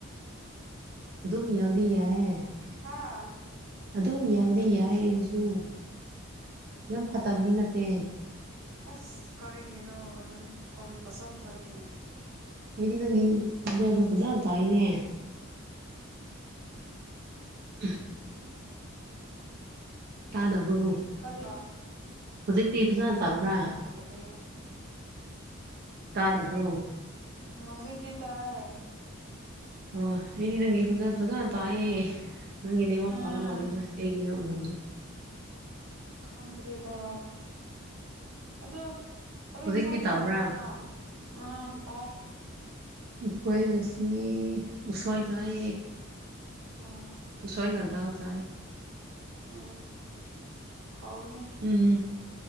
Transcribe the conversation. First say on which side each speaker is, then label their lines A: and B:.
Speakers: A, on the right (about 50°); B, on the right (about 90°).
A: ꯑꯗꯨꯝ ꯌꯥꯎꯗꯤ ꯌꯥꯑꯦ
B: ꯍꯥꯥ
A: ꯑꯗꯨꯝ ꯌꯥꯕꯗꯤ ꯌꯥꯏ ꯑꯩꯒꯤꯁꯨ ꯌꯥꯝ ꯐꯠꯇꯕꯗꯤ ꯅꯠꯇꯦ
B: ꯑꯁ ꯀꯔꯤꯒꯦꯅꯣ ꯅꯪꯒꯤ ꯀꯣꯟꯣꯟ ꯄꯁꯥꯟ ꯐꯔꯦꯡꯅꯦ
A: ꯑꯩꯗꯤ ꯅꯪꯒꯤ ꯈꯗꯗꯣ ꯐꯖꯅ ꯇꯧꯏꯅꯦ <unintelligible> ꯇꯥꯟꯗꯕ꯭ꯔꯣ
B: ꯀ <unintelligible>
A: ꯍꯧꯖꯤꯛꯇꯤ ꯐꯖꯅ ꯇꯥꯕ꯭ꯔꯥ
B: ꯕ <unintelligible>
A: ꯇꯥꯗꯕ꯭ꯔꯣ
B: ꯎꯝ ꯍꯧꯖꯤ ꯀ ꯇꯥꯏ
A: ꯑꯣ ꯑꯦꯅꯤ ꯅꯪꯦ ꯈꯨꯖ ꯐꯖꯥ ꯇꯥꯌꯦ ꯅꯪꯒꯤ ꯅꯦꯋꯥꯛ
B: ꯎꯝ
A: ꯐꯕ ꯃꯥꯜꯂꯦ ꯍꯣꯏ ꯑꯩꯒꯤꯅ ꯎꯔꯝꯅꯤ
B: ꯈꯥꯡꯗ꯭ꯔꯦꯗ ꯑꯗ ꯀꯔ
A: ꯍꯧꯖꯤꯛꯇꯤ
B: ꯏꯟꯁꯣꯟ ꯆꯕ
A: ꯇꯥꯕ꯭ꯔꯥ
B: ꯄꯨꯔꯅ ꯎꯝ ꯇꯥꯏ
A: ꯑꯩꯈꯣꯏ ꯉꯁꯤ ꯎꯁꯣꯏ ꯇꯥꯏ
B: ꯑꯣ
A: ꯆꯣꯏꯒꯗꯇꯥ ꯍꯥꯎ ꯆꯥꯏ
B: ꯎ ꯍꯣꯕꯅꯦ
A: ꯎꯝꯝ